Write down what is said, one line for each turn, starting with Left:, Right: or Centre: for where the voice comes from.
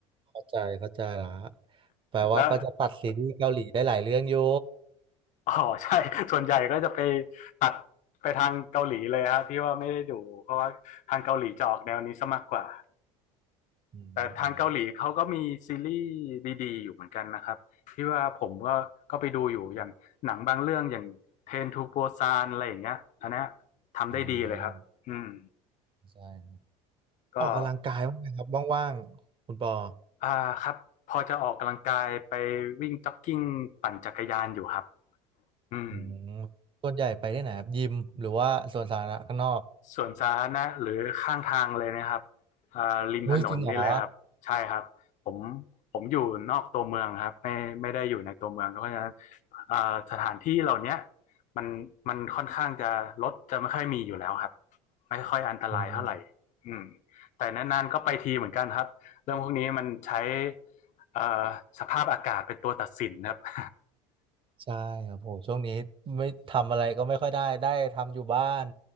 Right: เข้าใจเข้าใจละแปลว่าก็จะตัดซีรีส์เกาหลีได้หลายเรื่องอยู่
Left: แล้วอ๋อใช่ <laughs> ส่วนใหญ่ก็จะไปตัดไปทางเกาหลีเลยครับที่ว่าไม่ได้ดูเพราะว่าทางเกาหลีจะออกแนวนี้ซะมากกว่า
Right: อื
Left: แต่ทางเกาหลีเขาก็มีซีรีส์
Right: ม
Left: ดีๆอยู่เหมือนกันนะครับที่ว่าผมก็ก็ไปดูอยู่อย่างหนังบางเรื่องอย่างเทรนทูโปซานอะไรอย่างเงี้ยอันเนี้ยทำได้ดีเลยครับอืม
Right: อมอ่าใช่ครับ
Left: ก็
Right: ออกกำลังกายบ้างไหมครับว่างๆคุณปอ
Left: อ่าครับพอจะออกกำลังกายไปวิ่งจ็อกกิ้งปั่นจักรยานอยู่ครับอืม
Right: อืมส่วนใหญ่ไปที่ไหนครับยิมหรือว่าสวนสาธารณะข้างนอก
Left: สวนสาธารณะหรือข้างทางเลยนะครับอ่าริมถนนนี่เลยครับใช่ครับผม
Right: มุ้ยจริงเหรอ
Left: ผมอยู่นอกตัวเมืองครับไม่ไม่ได้อยู่ในตัวเมืองเพราะฉะนั้นอ่าสถานที่เหล่าเนี้ยมันมันค่อนข้างจะรถจะไม่ค่อยมีอยู่แล้วครับไม่ค่อยอันตรายเท่าไหร่
Right: อืม
Left: อืมแต่นานๆก็ไปทีเหมือนกันครับเรื่องพวกนี้มันใช้เอ่อสภาพอากาศเป็นตัวตัดสินครับ <laughs>
Right: ใช่ครับโหช่วงนี้ไม่ทำอะไรก็ไม่ค่อยได้ได้ทำอยู่บ้าน